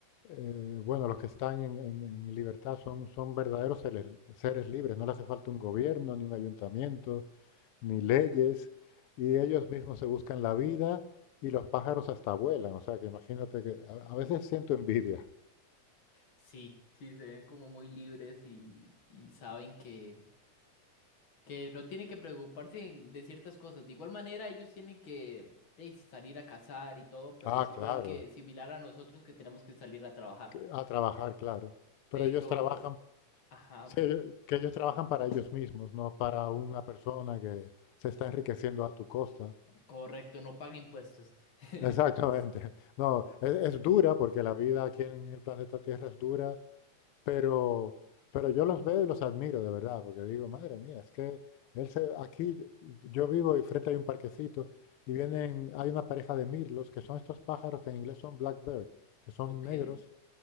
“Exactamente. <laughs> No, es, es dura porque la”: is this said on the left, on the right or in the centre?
Left